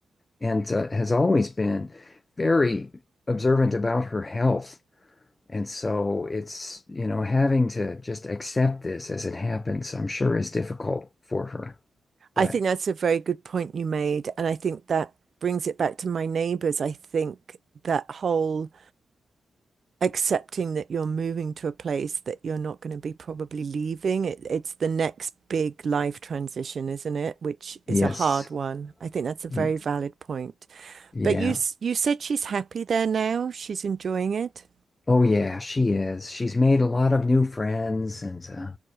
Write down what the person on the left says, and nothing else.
and uh, has always been very observant about her health. And so it's, you know, having to just accept this as it happens, I'm sure is difficult for her. But
yes,
y-
yeah.
Oh yeah, she is. She's made a lot of new friends, and uh,